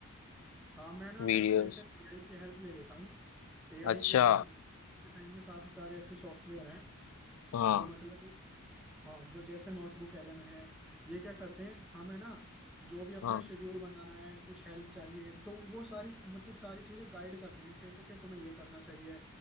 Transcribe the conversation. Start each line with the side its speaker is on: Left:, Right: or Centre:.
Centre: हाँ मैं ना असल
Left: वीडियोस
Centre: में जैसे एआई की हेल्प ले लेता हूँ एआई
Left: अच्छा
Centre: की हेल्प ले लेता हूँ इसके टाइम में काफी सारे ऐसे सॉफ्टवेयर हैं
Left: हाँ
Centre: जो मतलब हाँ जो जैसे नोटबुक एलएम है ये क्या करते हैं हमें ना जो भी अपना
Left: हाँ
Centre: शेड्यूल बनाना है कुछ हेल्प चाहिए तो वो सारी मतलब सारी चीजें गाइड करते हैं अच्छे से कि तुम्हें ये करना चाहिए